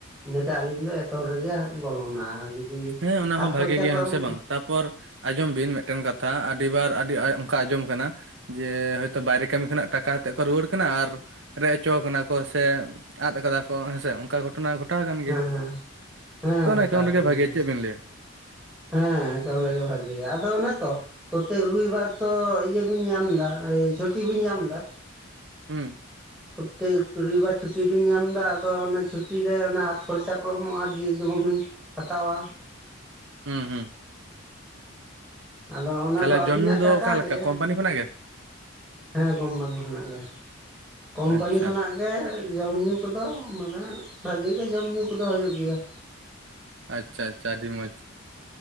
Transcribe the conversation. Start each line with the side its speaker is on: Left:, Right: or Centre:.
Centre: ᱤᱱᱟᱹᱛᱮ ᱟᱹᱞᱤᱧ ᱫᱚ ᱮ ᱛᱚᱵᱮ ᱡᱮᱭ ᱵᱚᱞᱚᱱᱟ ᱡᱩᱫᱤ
Right: ᱦᱮᱸ ᱚᱱᱟ
Centre: ᱦᱟᱛᱷ
Right: ᱦᱚᱸ
Centre: ᱠᱷᱚᱨᱪᱟ
Right: ᱵᱷᱟᱜᱮ ᱜᱮᱭᱟ
Centre: ᱠᱚ
Right: ᱦᱮᱸ
Centre: ᱮᱢᱚᱜᱼᱟ᱾
Right: ᱥᱮ ᱵᱟᱝ ᱛᱟᱯᱚᱨ ᱟᱸᱡᱚᱢ ᱵᱤᱱ ᱢᱤᱜᱴᱮᱱ ᱠᱟᱛᱷᱟ ᱟᱹᱰᱤᱵᱟᱨ ᱟᱹᱰᱤ ᱚᱱᱠᱟ ᱟᱸᱡᱚᱢ ᱠᱟᱱᱟ ᱡᱮ ᱦᱚᱭᱛᱳ ᱵᱟᱭᱨᱮ ᱠᱟᱹᱢᱤ ᱠᱷᱚᱱᱟᱜ ᱴᱟᱠᱟᱠᱟᱛᱮᱫ ᱠᱚ ᱨᱩᱣᱟᱹᱲ ᱠᱟᱱᱟ ᱟᱨ ᱨᱮᱡᱽ ᱦᱚᱪᱚ ᱠᱟᱱᱟ ᱠᱚ ᱥᱮ ᱟᱫ ᱠᱟᱫᱟ ᱠᱚ ᱦᱮᱸᱥᱮ ᱚᱱᱠᱟ ᱜᱷᱚᱴ ᱜᱷᱚᱴᱚᱱᱟ ᱜᱷᱚᱴᱟᱣ ᱟᱠᱟᱱ
Centre: ᱦᱮᱸ
Right: ᱜᱮᱭᱟ
Centre: ᱦᱮᱸ ᱦᱮᱸ
Right: ᱛᱚ ᱚᱱᱟ
Centre: ᱜᱷᱚᱴᱟᱣ
Right: ᱮᱠᱟᱣᱩᱱᱴ
Centre: ᱟᱠᱟᱱ
Right: ᱨᱮᱜᱮ ᱵᱷᱟᱜᱮ
Centre: ᱜᱮᱭᱟ
Right: ᱪᱮᱫ ᱵᱤᱱ ᱞᱟᱹᱭᱟ
Centre: ᱦᱮᱸ ᱮᱠᱟᱣᱩᱱᱴ ᱨᱮᱜᱮ ᱵᱷᱟᱹᱜᱮᱭᱟ ᱟᱫᱚ ᱚᱱᱮ ᱛᱚ ᱯᱨᱚᱛᱮᱠ ᱨᱩᱭᱵᱟᱨ ᱛᱚ ᱤᱭᱟᱹ ᱵᱤᱱ ᱧᱟᱢ ᱫᱟ ᱪᱷᱩᱴᱤ ᱵᱤᱱ ᱧᱟᱢ ᱫᱟ
Right: ᱦᱩᱸ
Centre: ᱯᱨᱚᱛᱮᱠ ᱨᱩᱭᱵᱟᱨ ᱪᱷᱩᱴᱤ ᱵᱤᱱ ᱧᱟᱢ ᱫᱟ ᱟᱫᱚ ᱚᱱᱟ ᱪᱷᱩᱴᱤ ᱨᱮ ᱦᱟᱛᱷ ᱠᱷᱚᱨᱪᱟ ᱠᱚ ᱮᱢᱚᱜᱼᱟ ᱡᱮ ᱡᱮ ᱡᱮᱡᱚᱱᱵᱤ ᱦᱟᱛᱟᱣᱟ
Right: ᱦᱩᱸ ᱦᱩᱸ
Centre: ᱟᱫᱚ ᱚᱱᱟ
Right: ᱛᱟᱦᱚᱞᱮ
Centre: ᱫᱚ ᱟᱹᱵᱤᱱᱟᱜ
Right: ᱡᱚᱢ ᱧᱩ
Centre: ᱴᱟᱠᱟ
Right: ᱫᱚ ᱚᱠᱟ
Centre: ᱜᱮ
Right: ᱞᱮᱠᱟ ᱠᱳᱢᱯᱟᱱᱤ ᱠᱷᱚᱱᱟᱜ ᱜᱮ
Centre: ᱦᱮᱸ ᱠᱚᱢᱯᱟᱱᱤ ᱠᱷᱚᱱᱟᱜ ᱜᱮ ᱠᱩᱢᱯᱟᱱᱤ
Right: ᱟᱪᱪᱷᱟ
Centre: ᱠᱷᱚᱱᱟᱜ ᱜᱮ ᱡᱚᱢ ᱧᱩ ᱠᱚᱫᱚ ᱢᱟᱱᱮ ᱵᱷᱟᱜᱮ ᱜᱮ ᱡᱚᱢ ᱧᱩᱩ ᱠᱚᱫᱚ ᱦᱩᱭᱩᱜ ᱜᱮᱭᱟ᱾
Right: ᱟᱪᱪᱷᱟ ᱟᱪᱪᱷᱟ ᱟᱹᱰᱤ ᱢᱚᱡᱽ᱾